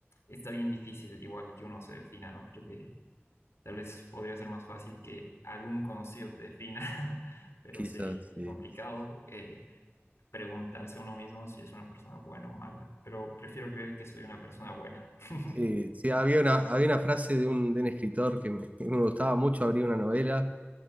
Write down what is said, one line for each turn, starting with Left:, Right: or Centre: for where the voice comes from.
Left: está bien difícil igual que uno se defina, ¿no? Creo que Tal vez podría ser más fácil que algún conocido te defina, <laughs> pero
Right: quizás,
Left: sí,
Right: sí.
Left: complicado
Right: Sí, sí,
Left: eh, preguntarse a uno mismo si es una persona buena o mala. Pero prefiero creer que soy una persona buena. <laughs>
Right: Sí, sí, había una, había una frase de un, de un escritor que me, que me gustaba mucho, abría una novela.